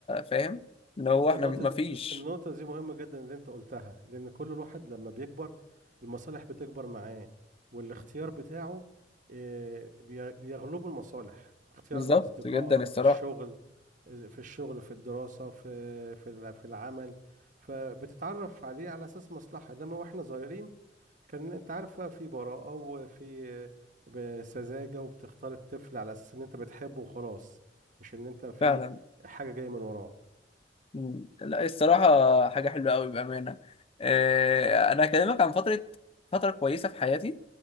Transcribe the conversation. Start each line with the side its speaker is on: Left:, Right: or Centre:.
Left: فاهم اللي هو
Right: انت
Left: احنا
Right: النقطه
Left: مفيش
Right: النقطه دي مهمه جدا اللي انت قلتها لان كل الواحد لما بيكبر المصالح بتكبر معاه والاختيار بتاعه آه، بي- بيغلبه المصالح اختيار
Left: بالظبط
Right: لاصدقائك
Left: جدا الصراحة
Right: في الشغل في الشغل في الدراسه في في الع- في العمل فبتتعرف عليه على اساس مصلحه انما واحنا صغيرين كان انت عارف بقى في براءه وفي آه، ب- سذاجه وبتختار الطفل على اساس ان انت بتحبه وخلاص مش ان انت في
Left: فعلا
Right: حاجه جايه من وراه
Left: مم. لا الصراحة حاجة حلوة أوي بأمانة آه، أنا هكلمك عن فترة فترة كويسة في حياتي